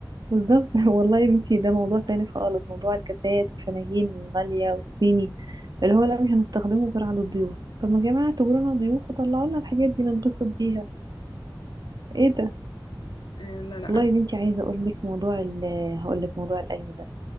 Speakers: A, on the right (about 60°); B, on the left (about 80°).
A: بالظبط <laughs> والله يا بنتي ده موضوع تاني خالص موضوع الكاسات والفناجين الغالية والصيني اللي هو لا مش هنستخدمه غير على الضيوف طب ما يا جماعة اعتبرونا ضيوف وطلعوا لنا الحاجات دي ننبسط بيها ايه ده
B: آه، لا لا
A: والله
B: انا
A: يا بنتي عايزة اقول لك موضوع ال آه، هقول لك موضوع القايمة ده